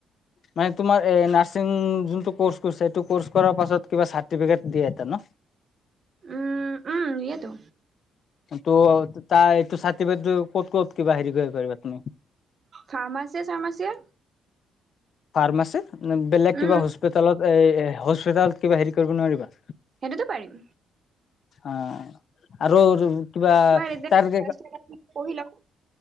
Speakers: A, on the left; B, on the right.
A: মানে তোমাৰ এ নাৰ্চিং যোনটো কৰ্চ কৰিছা, সেইটো কৰ্চ কৰাৰ পাছত কিবা চাৰ্টিফিকেট দিয়ে এটা নহ
B: উম, উম। দিয়েতো
A: তহ তাৰ এইটো চাৰ্টিফিকেট কত কত কিবা হেৰি কৰিব পাৰিবা তুমি
B: ফাৰ্মাচি চাৰ্মাচিয়ে
A: ফাৰ্মাছিত নে বেলেগ
B: উম,
A: কিবা হস্পিটেলত এ হস্পিটেলত কিবা হেৰী কৰিব নোৱাৰিবা
B: সেইটোতো পাৰিম।
A: অহ, আৰু আৰু কিবা
B: তোমাৰ এতিয়া
A: তাৰ
B: ফাৰ্ষ্ট ইয়াৰত পঢ়ি লওঁ